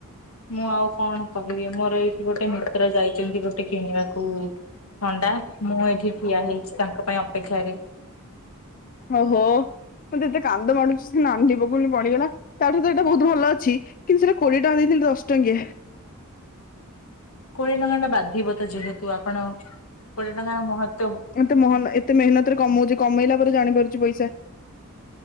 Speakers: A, on the left (about 75°); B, on the left (about 40°).
A: ମୁଁ ଆଉ କଣ କହିବି ମୋର ଏଇଠି ଗୋଟେ ମିତ୍ର ଯାଇଛନ୍ତି ଗୋଟେ କିଣିବାକୁ। ଥଣ୍ଡା ମୁଁ ଏଠି ଠିଆ ହେଇଚି ତାଙ୍କ ପାଇଁ ଅପେକ୍ଷାରେ।
B: ଓହୋ ମତେ ଏତେ କାନ୍ଦ ମାଡୁଛି ସେ ନାନ୍ଦୀ ବଗୁଲି ପଡିଗଲା। ତାଠୁ ତ ଏଇଟା ବହୁତ ଭଲ ଅଛି। କିନ୍ତୁ ସେଟା କୋଡିଏ ଟଙ୍କା ଦେଇଥିଲି ଏଟା ଦଶଟଙ୍କିଆ।
A: କୋଡିଏ ଟଙ୍କା ଟା ବାଧିବ ତ ଯେହେତୁ ଆପଣ କୋଡିଏ ଟଙ୍କାର ମହତ୍
B: ଏତେ ମହନ ଏତେ ମେହନତରେ କମଉଚି କମେଇଲା ପରେ ଜାଣିପାରୁଚି ପଇସା।